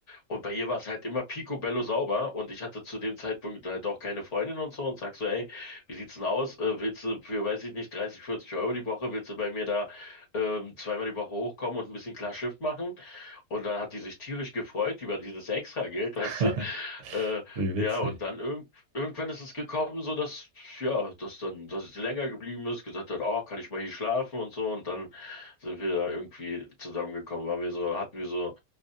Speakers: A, on the left; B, on the right.
A: Und bei ihr war es halt immer picobello sauber und ich hatte zu dem Zeitpunkt halt auch keine Freundin und so und sag so, ey, wie sieht's denn aus? Äh, willst du für, weiß ich nicht, 30, 40 Euro die Woche, willst du bei mir da ähm, zweimal die Woche hochkommen und ein bisschen klar Schiff machen? Und dann hat die sich tierisch gefreut über dieses Extrageld,
B: <laughs>
A: <laughs> weißt du? Äh,
B: Wie witzig.
A: ja, und dann irgend, irgendwann ist es gekommen, so dass, ja, dass dann, dass sie länger geblieben ist, gesagt hat, oh, kann ich mal hier schlafen und so. Und dann sind wir da irgendwie zusammengekommen, waren wir so, hatten wir so